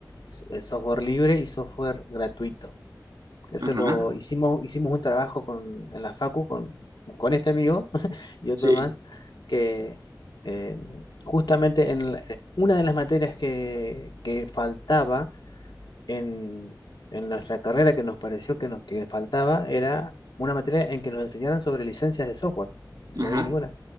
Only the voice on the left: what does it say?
s- eh, software libre y software gratuito? Eso
lo hicimos, hicimos un trabajo con, en la Facu con, con este amigo <laughs> y otro
más, que eh, justamente en la- eh, una de las materias que, que faltaba en, en nuestra carrera que nos pareció que nos que faltaba era una materia en que nos enseñaran sobre licencias de software. No
había ninguna.